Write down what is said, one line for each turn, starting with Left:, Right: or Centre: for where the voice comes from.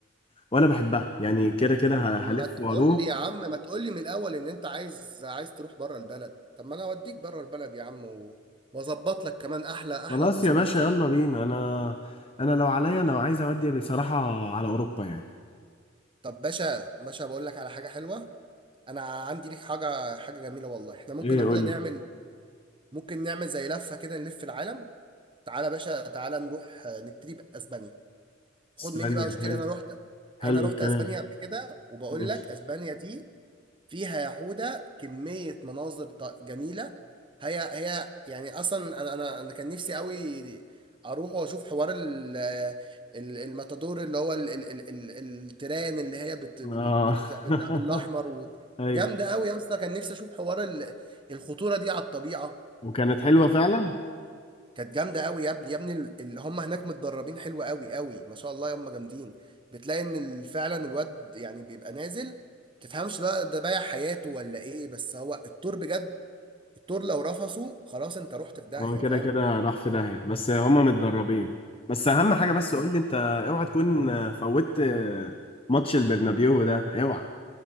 Left: وانا بحبها يعني كده كده ه-
Right: طب
Left: هلف
Right: ما تقول
Left: واروح
Right: لي يا عم ما تقول لي من الاول ان انت عايز عايز تروح بره البلد طب ما انا اوديك بره البلد يا عم و... واظبط لك كمان احلى احلى
Left: خلاص
Right: التظابيط
Left: يا باشا
Right: كمان
Left: يلا بينا انا انا لو عليا انا عايز اودي بصراحة على اوروبا يعني
Right: طب باشا باشا بقول لك على حاجة حلوة انا عندي ليك حاجة حاجة جميلة والله احنا ممكن
Left: ايه
Right: ناخدها
Left: قول
Right: نعمل
Left: لي
Right: ممكن نعمل زي لفة كده نلف العالم تعالى يا باشا تعالى نروح آه، نبتدي بأسبانيا خد
Left: اسبانيا
Right: مني بقى واشتري
Left: حلو
Right: انا رحت
Left: حلو
Right: انا رحت
Left: الكلام
Right: اسبانيا قبل كده وبقول
Left: ماشي
Right: لك اسبانيا دي فيها يا حودة كمية مناظر ط- جميلة هي هي يعني اصلا انا انا انا كان نفسي قوي اروح واشوف حوار ال- ال- الماتادور اللي هو ال- ال- ال- ال- التران اللي هي بت- بال-
Left: اه
Right: بتعمل
Left: <laughs>
Right: لها بالاحمر و-
Left: ايوه
Right: جامدة قوي يا اسطى كان نفسي اشوف حوار ال- الخطورة دي على الطبيعة
Left: وكانت حلوة فعلا
Right: كانت جامده قوي يا ابني يا ابني ال- اللي هم هناك متدربين حلو قوي قوي ما شاء الله هم جامدين بتلاقي ان ال- فعلا الواد يعني بيبقى نازل تفهمش بقى ده بايع حياته ولا ايه بس هو التور بجد التور لو رفصه خلاص انت رحت في داهيه
Left: هو كده
Right: فاهم
Left: كده راح في داهية بس هما متدربين بس اهم حاجة بس قول لي انت اوعى تكون فوتت ماتش البرنابيو ده اوعى